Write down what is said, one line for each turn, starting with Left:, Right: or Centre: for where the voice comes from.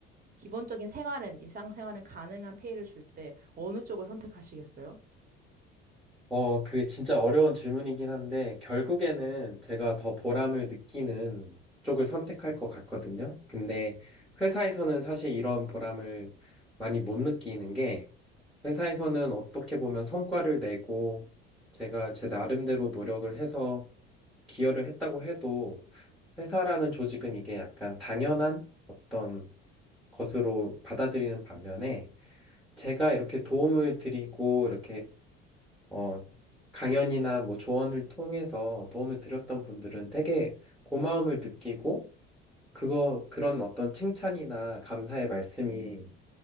Right: 기본적인 생활은 일상생활은 가능한 페이를 줄 때 어느 쪽을 선택하시겠어요?
Centre: 어, 그게 진짜 어려운 질문이긴 한데 결국에는 제가 더 보람을 느끼는 쪽을 선택할 것 같거든요. 근데 회사에서는 사실 이런 보람을 많이 못 느끼는 게 회사에서는 어떻게 보면 성과를 내고 제가 제 나름대로 노력을 해서 기여를 했다고 해도 회사라는 조직은 이게 약간 당연한 어떤 것으로 받아들이는 반면에 제가 이렇게 도움을 드리고 이렇게 어 강연이나 뭐 조언을 통해서 도움을 드렸던 분들은 되게 고마움을 느끼고 그거 그런 어떤 칭찬이나 감사의 말씀이